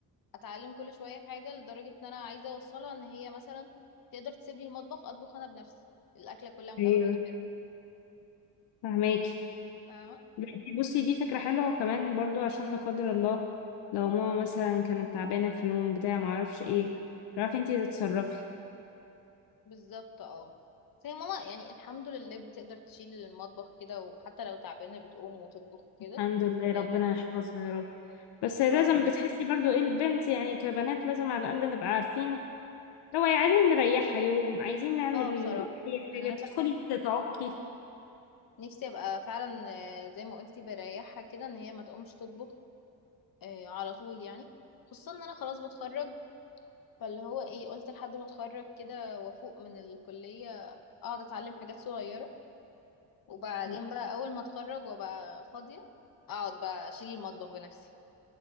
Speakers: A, on the left; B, on the left.
A: اتعلم كل شويه حاجه لدرجه ان انا عايزه اوصلها ان هي مثلا تقدر تسيب لي المطبخ اطبخ انا بنفسي الاكله كلها من
B: ايوه
A: اولها لاخرها
B: فهماكي
A: فاهمه
B: لا، دي- بصي دي فكره حلوه وكمان برضو عشان لا قدر الله لو ماما مثلا كانت تعبانه في يوم بتاع ما اعرفش ايه تعرفي انت تتصرفي
A: بالظبط اه بس هي ماما يعني الحمد لله بتقدر تشيل المطبخ كده وحتى لو تعبانة بتقوم وتطبخ كده
B: الحمد لله ربنا
A: يعني
B: يحفظها يا رب بس لازم
A: اه
B: بتحسي برضو ايه البنت يعني كبنات لازم على الاقل نبقى عارفين لو عايزين نريحها يوم عايزين نعمل
A: اه بصراحة
B: أي
A: انا
B: حاجة
A: انا
B: تدخلي
A: فعلا
B: تتعقي
A: نفسي ابقى فعلا آه، زي ما قلتي بريحها كده ان هي ما تقومش تطبخ آه، على طول يعني خصوصا ان انا خلاص بتخرج فاللي هو ايه قلت لحد ما اتخرج كده وافوق من الكلية اقعد اتعلم حاجات صغيرة وبعدين
B: لا
A: بقى اول ما اتخرج وابقى فاضية اقعد بقى اشيل المطبخ بنفسي